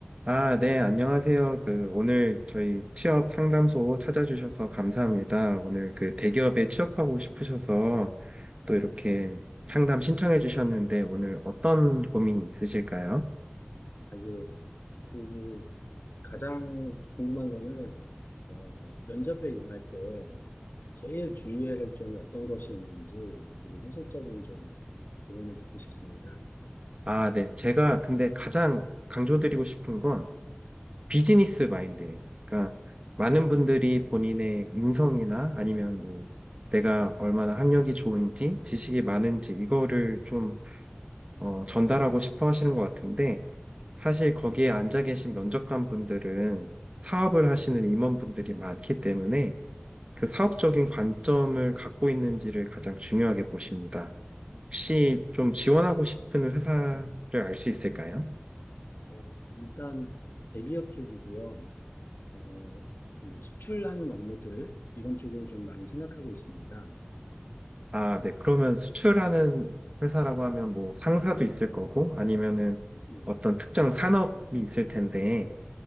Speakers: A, on the right (about 30°); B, on the left (about 60°).
A: 아, 네, 안녕하세요. 그, 오늘 저희 취업 상담소 찾아주셔서 감사합니다. 오늘 그 대기업에 취업하고 싶으셔서 또 이렇게 상담 신청해 주셨는데 오늘 어떤 고민이 있으실까요?
B: 아, 예. 그 가장 궁금한 거는 어, 면접에 임할 때 제일 주의해야 할 점이 어떤 것이 있는지 그리고 현실적인 좀 조언을 듣고 싶습니다.
A: 아, 네. 제가 근데 가장 강조드리고 싶은 건 비즈니스 마인드예요. 그러니까 많은 분들이 본인의 인성이나 아니면 뭐 내가 얼마나 학력이 좋은지, 지식이 많은지 이거를 좀 어, 전달하고 싶어 하시는 것 같은데, 사실 거기에 앉아 계신 면접관 분들은 사업을 하시는 임원분들이 많기 때문에 그 사업적인 관점을 갖고 있는지를 가장 중요하게 보십니다. 혹시 좀 지원하고 싶은 회사를 알 수 있을까요?
B: 어, 일단 대기업 쪽이고요. 어, 그 수출하는 업무들 이런 쪽을 좀 많이 생각하고 있습니다.
A: 아, 네. 그러면 수출하는 회사라고 하면 뭐 상사도 있을 거고 아니면은
B: 뭐,
A: 어떤 특정 산업이 있을 텐데
B: 어,